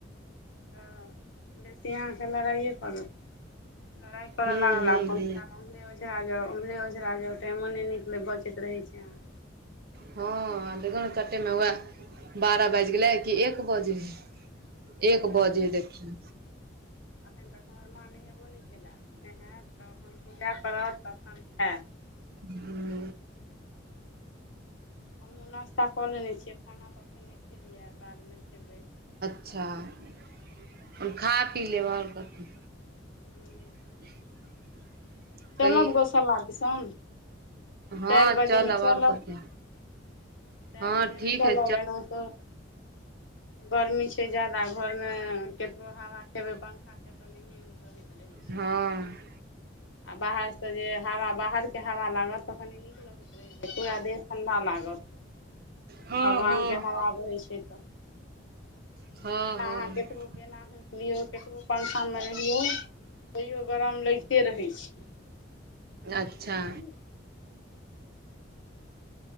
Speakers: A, on the left (about 75°); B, on the right (about 55°).
A: हँ, बेटी अहाँ के लड़ाइए करत। लड़ाई कर
B: हूँ
A: लागल
B: हूँ
A: आ पन
B: हूँ
A: <unintelligible> ओझरा जाउ उम्हरे ओझरा जाउ टाइमो नै निकलै बचत रहै छै अहाँके।
B: हँ देखहो न चट्टे मे वैह बारह बाजि गेलै कि एक बजे हइ। एक बजे है देखियौ।
A: अखनि तक हमर मां नहेबो नै केलै। नहैत तहन पूजा करत तखन खैत।
B: हूं
A: हमु नाश्ता कऽ लेने छियै खाना त अखनि नै खेलियैये बादमे खेबै।
B: अच्छा अपन खा पी लेब और कथी।
A: हूं
B: <unintelligible>
A: चलब
B: कही
A: गोशाला दिसन,
B: हँ
A: चाइर बजे मे चलब।
B: आओर कथी
A: चारि
B: हँ
A: बजे
B: ठीक
A: मे चलब
B: हइ
A: ऐना त गरमी छै जादा घरमे केतनो हावा खेबै पंखाके तऽ नै कहैत रहै छै।
B: हँ
A: आ बाहरस जे हवा बाहरके हवा लागत तऽ कनि नीक लगैत रहै छै पूरा देह ठण्डा लागत आ
B: हँ
A: भगवानके
B: हँ
A: हबा बहै छै तऽ
B: हँ
A: आ एना
B: हँ
A: अहां केतबो बेना बेना होंकि लियौ केतबो पंखा मे रहैयो तैयो गरम लगिते रहै छै। बुझलीयै।
B: अच्छा